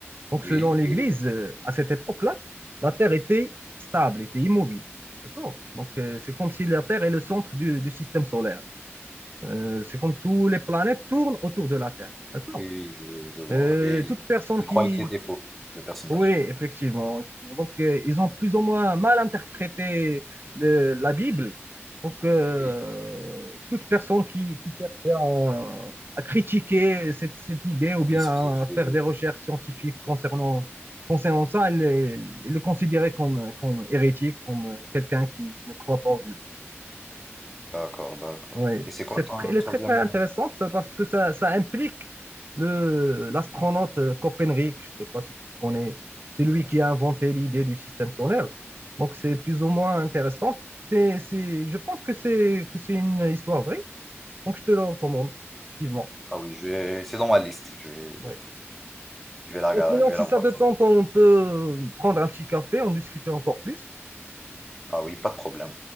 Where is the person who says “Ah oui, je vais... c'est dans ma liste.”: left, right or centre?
Centre